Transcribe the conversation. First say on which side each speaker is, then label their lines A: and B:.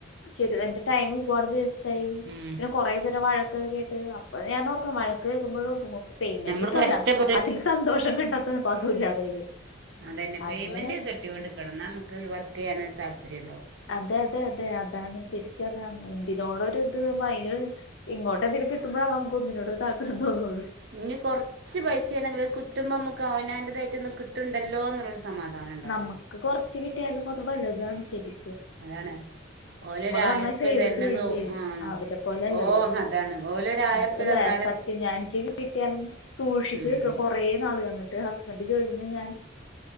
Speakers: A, on the left; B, on the right.
A: ശ എന്റെ ടൈം ഒരുപാട് വേസ്റ്റ് ത്തായി
B: ഉം
A: പിന്നെ കുറേ പേരുടെ വഴക്ക്‌ കേട്ട് അപ്പൊ ഞാൻ ഓർക്കും വഴക്ക് കേൾക്കുമ്പോഴ ഓർക്കും നോക്കെ പേയ്മെന്റ്
B: നമ്മള്
A: കിട്ടോല്ലൊ
B: കഷ്ടപ്പെട്ട്
A: അതില് സന്തോഷം കണ്ടത്ത ഇപ്പൊ അതും ഇല്ലാതായി
B: അതന്നെ പേയ്മെന്റ്
A: അങ്ങനെ
B: കിട്ടോണ്ടിക്കണം നമുക്ക് വർക്ക് ചെയ്യാന ഒരു താല്പര്യം ഉണ്ടാവും
A: അതെ അതെ അതെ അതാണ് ശരിക്കതാണ് എന്തിനോടൊ ഒരു ഇത്മായി ഇങ്ങോട്ട എന്തെങ്കും കിട്ടുമ്പോഴാണ് നമുക്ക് ഒന്നിനോട് ഒരു താല്പര്യം തോന്നുള്ളൂ
B: ഇനി കുറച്ച് പൈസയാണങ്കിലും കിട്ടുമ്പോ നമ്മുക്ക് അവനാന്റായിട്ട് ഒന്ന്‌ കിട്ടുണ്ടല്ലോ സമാധാനം ഉണ്ടാവേ
A: നമുക്ക് കൊറച്ച് കിട്ടിയാലും അ തുവലുതാണ് ശരി
B: അതാണ് ഓല് ഒര്
A: നന്നായി
B: ആയിരം ഉർപ്പി
A: സേവ്
B: തരുന്നതോ
A: ചെയ്യുകയും ചെയ്യും
B: ആ
A: അവരെ പോലെ അല്ലല്ലോ
B: ഓ അതാണ് ഓല് ഒര് ആയിരം
A: അതല്ലേ
B: ഉർപ്പി തന്ന
A: സത്യം ഞാൻ എനിക്ക് കിട്ടിയാലും സൂക്ഷിച്ചു
B: ഉം
A: വെക്കും കൊറേ നാള് വന്നിട്ട് പണ്ട് ചോയ്ക്കുമ്പോ ഞാൻ